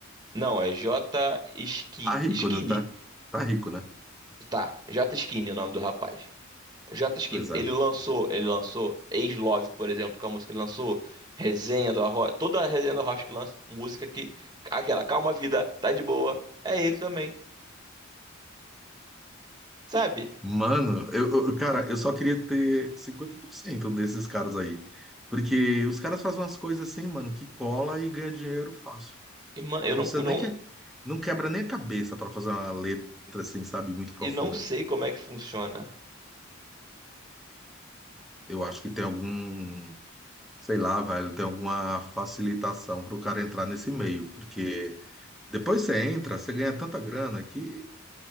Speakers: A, on the right; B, in the centre.
A: Não, é J Ski,
B: tá rico,
A: Skinny.
B: não tá? Tá rico, né?
A: Tá, J Skinny é o nome do rapaz. J Skinny.
B: Pois é.
A: Ele lançou, ele lançou Ex Love, por exemplo, que é uma música que ele lançou. Resenha do Arroz, toda a resenha do Arroz que lança, música que aquela Calma Vida, tá de boa, é ele também. Sabe?
B: Mano, eu, eu- cara, eu só queria ter 50% desses caras aí. Porque os caras fazem umas coisas assim, mano, que cola e ganha dinheiro fácil.
A: E, mano, eu
B: Não
A: não,
B: precisa
A: eu
B: nem
A: não,
B: que é, não quebra nem a cabeça pra fazer uma letra assim, sabe, muito profunda.
A: e não sei como é que funciona.
B: Eu acho que tem algum, sei lá, velho, tem alguma facilitação pro cara entrar nesse meio, porque depois você entra, você ganha tanta grana que,